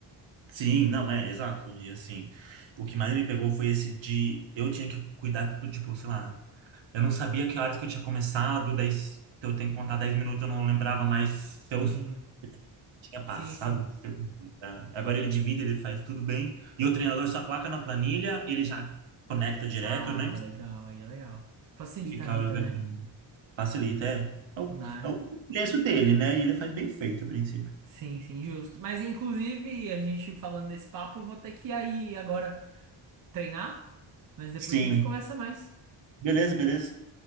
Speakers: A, on the right (about 70°); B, on the right (about 45°).
A: Sim, não, é, exato. E assim, o que mais me pegou foi esse de eu tinha que cuidar do tipo, sei lá, eu não sabia que horas que eu tinha começado, daí se eu tenho que contar 10 minutos, eu não lembrava mais se eu <laughs>
B: Sim,
A: tinha passado.
B: sim, sim.
A: se eu- tá? Agora ele divide, ele faz tudo bem. E o treinador só coloca na planilha, ele já conecta direto,
B: Ah,
A: eu nem
B: legal, aí é legal. Facilita
A: Ficar
B: a vida,
A: organizando
B: né?
A: facilita, é. É o,
B: Não dá.
A: é o preço dele, né? E ele faz bem feito, a princípio.
B: Sim, sim, justo. Mas inclusive, a gente falando desse papo, eu vou ter que ir aí agora treinar, mas depois
A: Sim.
B: a gente conversa mais.
A: Beleza, beleza.